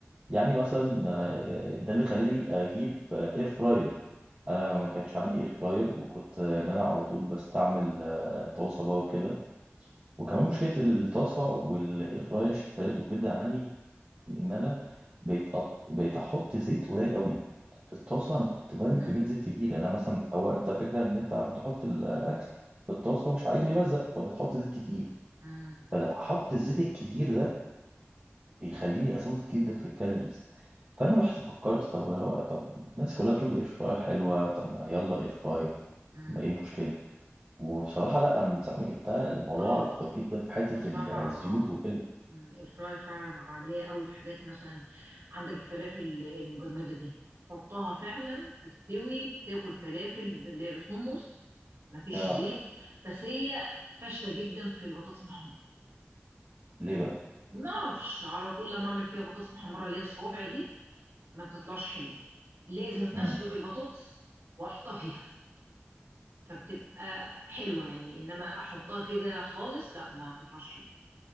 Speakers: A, on the right; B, on the right.
A: يعني مثلا آه، ده اللي خلاني أجيب إير فراير أنا
B: مم.
A: ما كانش عندي إير فراير وكنت آه، إن أنا على طول بستعمل آه، طاسة بقى وكده وكمان مشكله الطاسه والاير فراير شالته جدا عني ان انا بقيت أط... بقيت احط زيت قليل قوي في الطاسه انا كنت برمي
B: مم.
A: كميه زيت كبيره يعني انا مثلا هو انت فكره ان انت عشان تحط الاكل في الطاسه مش عايزه يلزق فبتحط زيت كتير
B: مم.
A: فحط الزيت الكتير ده بيخليني ازود جدا في الكالوريز فانا رحت فكرت طب هو- طب الناس كلها بتقول اير فراير حلوه طب ما يلا اير فراير
B: مم.
A: ما ايه المشكله وبصراحه لا لما من ساعه ما جبتها الموضوع
B: اه
A: وفر جدا في حته
B: ده بصراحه
A: الزيوت
B: آه.
A: وكده
B: الفراير فعلا عملية قوي في حاجات مثلا عندك الفلافل المجمدة دي تحطها فعلا تستوي تاكل فلافل اللي هي بالحمص مفيش
A: اه
B: زيت بس هي فاشلة جدا في البطاطس المحمرة
A: ليه بقى
B: ما اعرفش على طول لما اعمل فيها بطاطس محمرة اللي هي الصوابع دي ما بتطلعش حلوة لازم
A: امم
B: اسلق مم. البطاطس واحطها فيها فبتبقى حلوة يعني انما احطها كده خالص لا ما بتطلعش حلوة